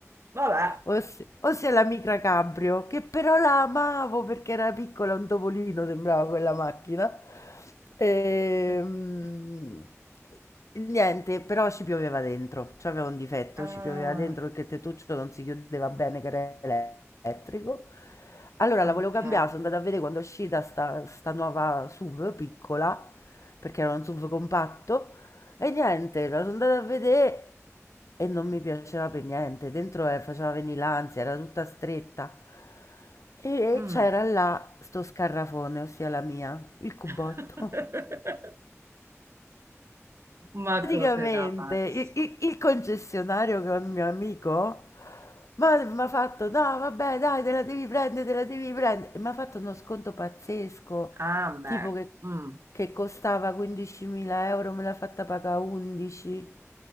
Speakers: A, on the right (about 60°); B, on the left (about 75°).
A: Vabbè.
B: ossia, ossia la Micra Cabrio, che però la amavo perché era piccola, un topolino sembrava quella macchina. Ehm,
A: <laughs>
B: Niente, però ci pioveva dentro. C'aveva un difetto,
A: Ah,
B: ci pioveva dentro perché il tettuccio non si chiudeva bene, che era elettrico. Allora la
A: ok.
B: volevo cambiare, sono andata a vedere quando è uscita sta, sta nuova SUV piccola, perché era un SUV compatto, e niente, la sono andata a vedere e non mi piaceva per niente. Dentro eh, faceva venire l'ansia, era tutta stretta. E,
A: Mm.
B: e c'era là sto scarrafone, ossia la mia, il cubotto.
A: <laughs>
B: <laughs>
A: Ma
B: Praticamente
A: cose da pazzi.
B: il, il- il concessionario che è un mio amico mi ha fatto: No, vabbè, dai, te la devi prendere, te la devi prendere. E mi ha fatto uno sconto pazzesco,
A: Ah, beh.
B: tipo che,
A: mm.
B: che costava 15.000 euro, me l'ha fatta pagare 11.